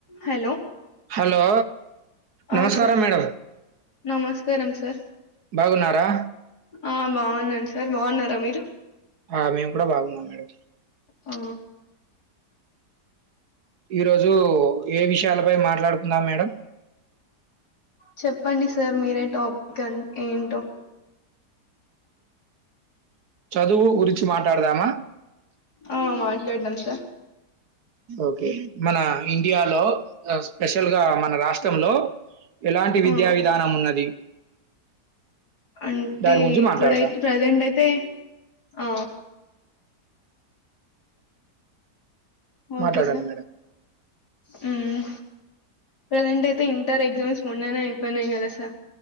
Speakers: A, on the left; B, on the right.
A: Hello
B: hello
A: ఆ
B: నమస్కారం
A: sir
B: madam
A: నమస్కారం సార్
B: బాగున్నారా
A: ఆ బాగున్నాను సార్ బాగున్నారా మీరు
B: ఆ మేం కూడా బాగున్నాం మేడం
A: ఆ
B: ఈరోజు ఏ విషయాలపై మాట్లాడుకుందాం మేడం
A: చెప్పండి సార్ మీరే టాపిక్ అ ఏంటో
B: చదువు గురించి మాట్లాడదామా
A: ఆ మాట్లాడదాం సార్
B: ఓకే మన ఇండియాలో స్పెషల్‌ గా మన రాష్ట్రంలో ఎలాంటి విద్యా
A: ఆ
B: విధానం ఉన్నది
A: అంటే
B: దాని గురించి
A: ఇప్పుడైతే
B: మాట్లాడదాం.
A: ప్రెజెంట్ అయితే ఆ ఓకే
B: మాట్లాడండి
A: సార్
B: మేడం.
A: హ్మ్ ప్రెసెంట్ అయితే ఇంటర్ ఎగ్జామ్స్ మొన్ననే అయిపోయినాయి కదా సార్